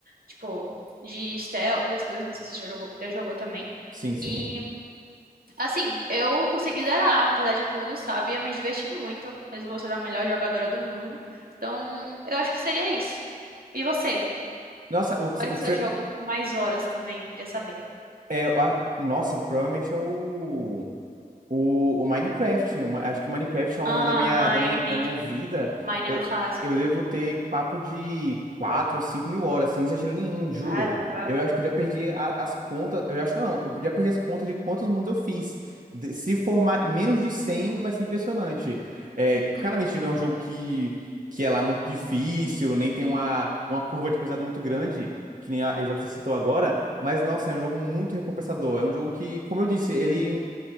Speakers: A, on the right; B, on the right.
A: tipo, de stealth, essas coisas, não sei se você já jogou, já jogou também.
B: Sim, sim.
A: E, assim, eu consegui zerar, apesar de tudo, sabe? Eu me diverti muito, mesmo você sendo a melhor jogadora do mundo. Então, eu acho que seria isso. E você?
B: Nossa, o que
A: Qual
B: você.
A: é
B: o
A: o seu
B: que você-
A: jogo com mais horas também? Queria saber.
B: É, eu a- nossa, provavelmente é o. O, o Minecraft, o Ma- acho que o Minecraft ao
A: Ah,
B: longo da minha,
A: Mine.
B: da minha, da minha vida,
A: Mine
B: eu,
A: é um clássico
B: eu
A: também.
B: devo ter papo de 4 a 5 mil horas, sem exagero nenhum, juro.
A: Caramba.
B: Eu acho que eu já perdi a- as contas, eu acho que não, eu já perdi as contas de quantos mundos eu fiz. De- se for ma- menos de 100, vai ser impressionante. É,
A: Uhum.
B: claramente não é um jogo que, que é lá muito difícil, nem tem uma, uma curva de aprendizado muito grande, que nem a- o jogo que você citou agora, mas nossa, é um jogo muito recompensador. É um jogo que, como eu disse, ele